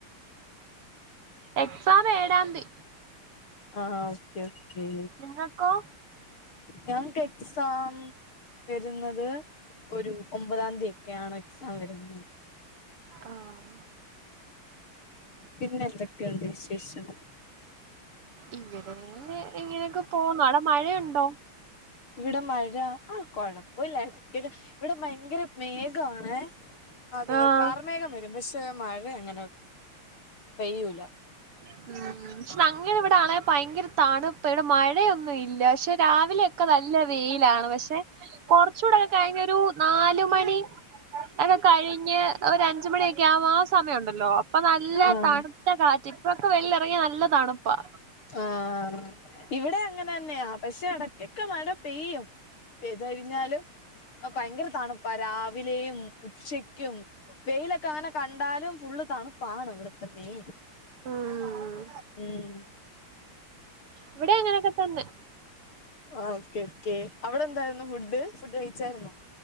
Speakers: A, on the right (about 85°); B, on the left (about 70°).
A: എക്സാം ഏഴാന്തി.
B: ആഹ് ആ ഓക്കെ ക്കേ.
A: നിങ്ങക്കോ
B: ഞങ്ങക്ക് എക്സാം, വരുന്നത്, ഒരു ഒമ്പതാം തീയതി ഒക്കെയാണ് എക്സാം വരുന്നത്.
A: ആഹ്
B: പിന്നെ എന്തൊക്കെയുണ്ട് വിശേഷം?
A: ഇവിടെ ഇങ്ങനെയൊക്കെ പോന്ന് ആട മഴയുണ്ടോ
B: ഇവിടെ മഴ, ആഹ് കുഴപുലാ ഇടക്കൊക്കെ ഇവിടെ ഭയങ്കര മേഘാണേ, അതെ
A: ആഹ്
B: കാർമേഘം വരും. പക്ഷെ മഴ അങ്ങനെ പെയ്യൂല.
A: ഉം ഞങ്ങടെ ഇവിടാണെ ഭയങ്കര തണുപ്പ്. ഇവിടെ മഴയൊന്നും ഇല്ല. ഷേ രാവിലെയൊക്കെ നല്ല വെയിലാണ്. പക്ഷെ കുറച്ചുകൂടൊക്കെ കഴിഞ്ഞൊരു, നാലുമണി, ഒക്കെ കഴിഞ്ഞ് ഒരഞ്ച് മണിയൊക്കെ ആകുമ്പം ആ സമയമുണ്ടല്ലോ, ഇപ്പ നല്ല
B: ആഹ്
A: തണുത്ത കാറ്റ്. ഇപ്പൊക്കെ വെളീൽ ഇറങ്ങിയാ നല്ല തണുപ്പാ.
B: ആഹ് ഇവിടെ അങ്ങനെ തന്നെയാ. പക്ഷെ ഇടക്കൊക്കെ മഴ പെയ്യും. പെയ്ത് കഴിഞ്ഞാല് ഭയങ്കര തണുപ്പാ രാവിലെയും ഉച്ചക്കും, വെയിലൊക്കെ അങ്ങനെ കണ്ടാലും ഫുള്ള് തണു താണ് ഇവിടത്തെ മേയിൻ.
A: ഉം
B: ഉം
A: ഇവിടെ അങ്ങനെയൊക്കെ തന്നെ
B: ആഹ് ഓക്കെ ക്കെ. അവിടെ എന്തായിരുന്നു ഫുഡ്. ഫുഡ് കഴിച്ചായിരുന്നോ?